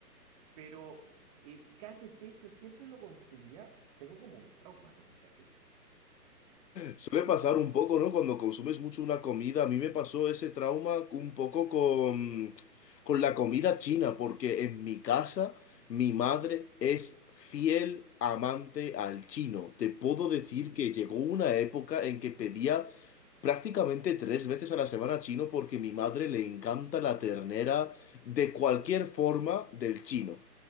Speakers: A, on the right; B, on the left.
A: Pero eh, KFC yo siempre lo consumía. Tengo como un trauma con el KFC.
B: Suele pasar un poco, ¿no? Cuando consumes mucho una comida. A mí me pasó ese trauma un poco con, con la comida china, porque en mi casa mi madre es fiel amante al chino. Te puedo decir que llegó una época en que pedía prácticamente tres veces a la semana chino porque mi madre le encanta la ternera de cualquier forma del chino.